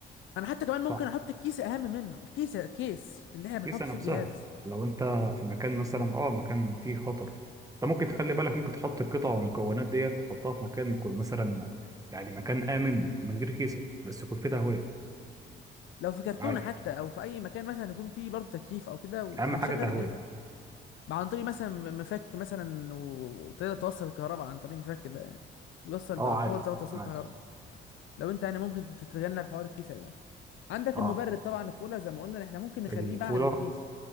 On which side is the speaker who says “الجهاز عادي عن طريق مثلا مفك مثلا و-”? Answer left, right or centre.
Left